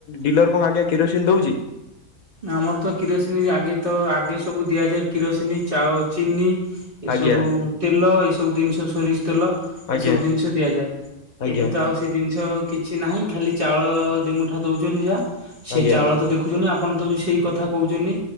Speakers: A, on the left; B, on the right.
A: ଡିଲର କଣ ଆଜ୍ଞା କିରୋସିନ ଦଉଛି।
B: ଆମର ତ କିରୋସିନି ଆଗେ ତ ଆଗେ ସବୁ ଦିଆଯାଏ କିରୋସିନି, ଚିନି ଏ
A: ଆଜ୍ଞା
B: ସବୁ ତେଲ ଏ ସବୁ ଜିନିଷ ସୋରିଷ ତେଲ
A: ଆଜ୍ଞା
B: ଏସବୁ ଜିନିଷ ଦିଆଯାଏ,
A: ଆଜ୍ଞା
B: ଏବେ ତ ଆଉ ସେ ଜିନିଷ କିଛି ନାହିଁ ଖାଲି ଚାଉଳ ଦିମୁଠା ଦଉଛନ୍ତି ଯାହା, ସେଇ
A: ଆଜ୍ଞା।
B: ଚାଉଳ ତ ଦେଖୁଛନ୍ତି ଆପଣ ତ ବି ସେଇ କଥା କହୁଛନ୍ତି